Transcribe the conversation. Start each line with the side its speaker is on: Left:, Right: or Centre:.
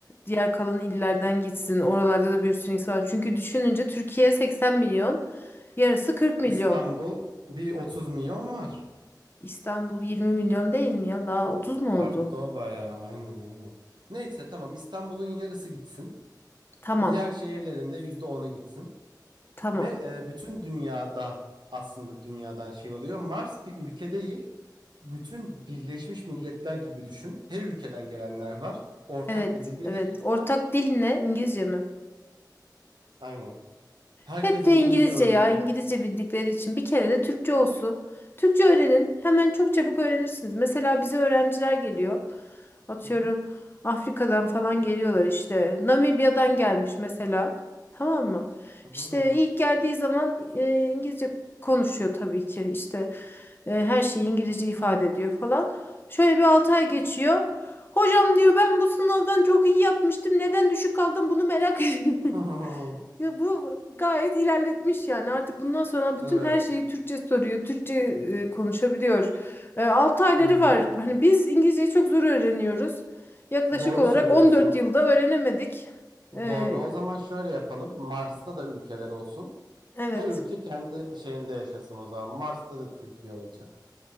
Left: diğer kalan illerden gitsin. Oralarda da bir sürü insan var. Çünkü düşününce Türkiye 80 milyon, yarısı 40 milyon.
Right: İstanbul bir 30 milyon var.
Left: İstanbul 20 milyon değil mi ya? Daha 30 mu
Right: Arttı
Left: oldu?
Right: o bayağı aynen aynen. Neyse tamam İstanbul'un yarısı gitsin.
Left: Tamam.
Right: Diğer şehirlerinde yüzde onu gitsin.
Left: Tamam.
Right: Ve e, bütün dünyada aslında dünyadan şey oluyor. Mars bir ülke değil. Bütün Birleşmiş Milletler gibi düşün. Her ülkeden gelenler var. Ortak
Left: Evet,
Right: bir dil belirleniyor.
Left: evet. Ortak dil ne? İngilizce mi?
Right: Aynen. Herkes
Left: Hep de
Right: İngilizce
Left: İngilizce
Right: öğren.
Left: ya, İngilizce bildikleri için bir kere de Türkçe olsun. Türkçe öğrenin, hemen çok çabuk öğrenirsiniz. Mesela bize öğrenciler geliyor. Atıyorum
Right: Aha,
Left: Afrika'dan falan geliyorlar işte. Namibya'dan gelmiş mesela. Tamam mı?
Right: aha,
Left: İşte
Right: aha,
Left: ilk geldiği zaman e, İngilizce konuşuyor tabii ki. İşte e, her şeyi İngilizce ifade ediyor falan. Şöyle bir 6 ay geçiyor. Hocam diyor ben bu sınavdan çok iyi yapmıştım. Neden düşük aldım bunu merak ediyorum. <laughs>
Right: aha. <laughs>
Left: Ya bu gayet ilerletmiş yani artık bundan sonra bütün
Right: Evet.
Left: her şeyi Türkçe soruyor, Türkçe e, konuşabiliyor. E, 6 ayları
Right: Aha.
Left: var. Hani biz İngilizceyi çok zor öğreniyoruz. Yaklaşık
Right: Doğru
Left: olarak
Right: söylüyorsun.
Left: 14 yılda öğrenemedik.
Right: Doğru.
Left: E,
Right: O zaman şöyle yapalım. Mars'ta da ülkeler olsun.
Left: evet.
Right: Her ülke kendi şeyinde yaşasın o zaman. Mars'ta da Türkiye olacak.